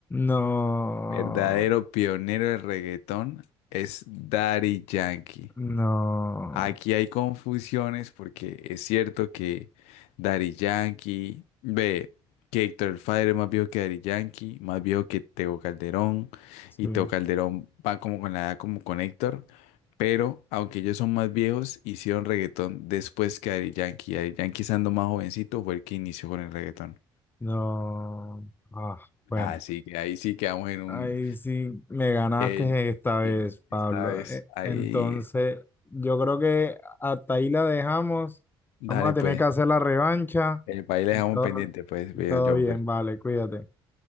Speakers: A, on the left; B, on the left.
A: No,
B: Verdadero pionero del reggaetón es Daddy Yankee.
A: no,
B: Aquí hay confusiones porque es cierto que Daddy Yankee, ve, que Héctor el Father es más viejo que Daddy Yankee, más viejo que Tego Calderón,
A: sí,
B: y Tego Calderón va como con la edad como con Héctor, pero aunque ellos son más viejos, hicieron reggaetón después que Daddy Yankee. Daddy Yankee estando más jovencito fue el que inició con el reggaetón.
A: no. Ah, bueno.
B: Así que ahí sí quedamos en un...
A: Ahí sí me ganaste
B: eh,
A: esta vez,
B: sí,
A: Pablo.
B: esta vez,
A: Eh,
B: ahí,
A: Entonces, yo creo que hasta ahí la dejamos.
B: dale
A: Vamos a tener
B: pues,
A: que hacer la revancha.
B: el país le dejamos
A: Todo,
B: pendiente pues, veo
A: todo
B: Jonfer.
A: bien, vale, cuídate.